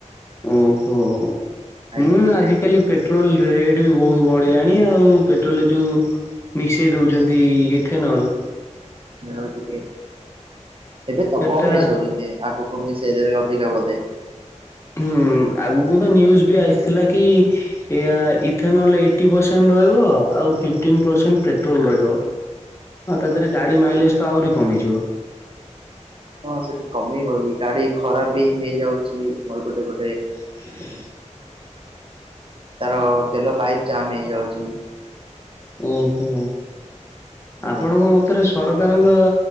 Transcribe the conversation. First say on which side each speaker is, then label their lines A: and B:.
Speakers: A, on the left; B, on the right.
A: ଓ ହୋ
B: ଆଜ୍ଞା
A: ହୁଁ ଆଜି। କାଲି ପେଟ୍ରୋଲ ରେଟ୍ ବି ବହୁତ ବଢିଲାଣି ଆଉ ପେଟ୍ରୋଲରେ ଯୋଉ। ମିଶେଇ ଦଉଛନ୍ତି ଇଥେନଲ୍।
B: ଯା ହଉ ଟିକେ ଏବେ ତ
A: ସେଟା
B: କମ ମିଶଉଛନ୍ତି ଆଗୁ କୁ ମିସେଇ ଦେବେ ଅଧିକା ବୋଧେ।
A: ହୁଁ ଆଗକୁ ତ ନ୍ୟୁଜ ବି ଆସିଥିଲା କି। ଏଆ ଇଥନେଲ ଏଇଟି ପରସେଣ୍ଟ ରହିବ ଆଉ ଫିପ୍ଟୀନ ପରସେଣ୍ଟ ପେଟ୍ରୋଲ ରହିବ। ଆଉ ତା ଦେହରେ ଗାଡି ମାଇଲେଜ ତ ଆହୁରି କମିଯିବ।
B: ହଁ ସେଠି କମିବ ବି ଗାଡି ଖରାପ ବି ହେଇଯାଉଛି ଗୋଟେ ଗୋଟେ।
A: ହ
B: ତାର ତେଲ ପାଇପ୍ ଜାମ୍ ହେଇ ଯାଉଛି।
A: ଓହୋ
B: ଆଜ୍ଞା
A: ଆପଣଙ୍କ ମତ ରେ ସରକାରଙ୍କ